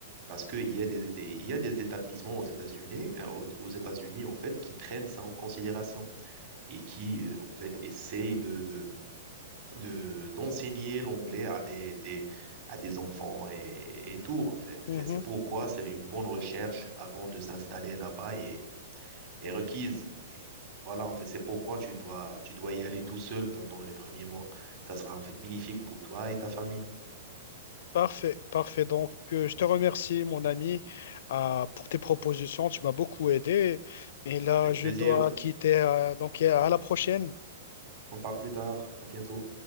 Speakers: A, on the right; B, on the left.
A: Parce qu'il y a des, des- il y a des établissements aux États-Unis, euh, aux aux États-Unis, en fait, qui prennent ça en considération et qui, euh, en fait, essayent de, de, de- d'enseigner l'anglais à des, des- à des enfants et, et tout, en fait.
B: Mhm.
A: C'est, c'est pourquoi c'est une bonne recherche avant de s'installer là-bas et, est requise. Et voilà, en fait, c'est pourquoi tu dois, tu dois y aller tout seul pendant les premiers mois. Ça sera, en fait, bénéfique pour toi et ta famille.
B: Parfait, parfait. Donc, euh, je te remercie, mon ami, euh, pour tes propositions. Tu m'as beaucoup aidé. Et là,
A: Avec
B: je
A: plaisir.
B: dois quitter. euh, donc, à la prochaine.
A: On parle plus tard. À bientôt.